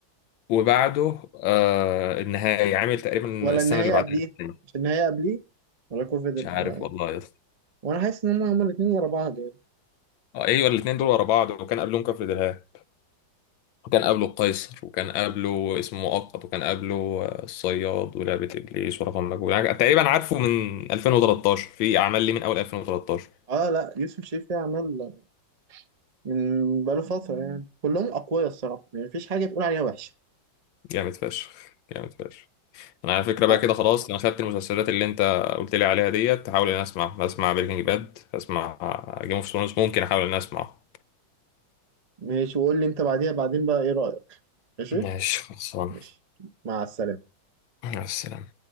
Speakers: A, on the left; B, on the right.
A: وبعده آه النهايه عامل تقريبا
B: ولا
A: السنه
B: النهايه
A: اللي بعدها
B: قبليه
A: النهاية.
B: مش النهايه قبليه ولا كوفيد ال-
A: مش عارف والله يا اسطى
B: وانا حاسس ان هم هما الاثنين ورا بعض يعني
A: آه، ايوه الاثنين دول ورا بعض وكان قبلهم كفر دلهاب وكان قبله القيصر وكان قبله اسمه مؤقت وكان قبله آه، الصياد ولعبة إبليس ورقم مجهول يعني تقريبا عارفه من 2013 في أعمال ليه من أول 2013
B: اه لا يوسف شريف ليه اعمال من بقاله فترة يعني كلهم أقوياء الصراحة يعني مفيش حاجة تقول عليها وحشة
A: جامد فشخ جامد فشخ أنا على فكرة بقى
B: أه.
A: كده خلاص أنا خدت المسلسلات اللي أنت قلت لي عليها ديت هحاول إن أنا أسمع هسمع بريكنج باد هسمع جيم اوف ثرونز ممكن أحاول إن أنا أسمعه
B: ماشي وقول لي أنت بعديها بعدين بقى إيه رأيك ماشي
A: ماشي خلصان
B: ماشي مع السلامة
A: مع السلامة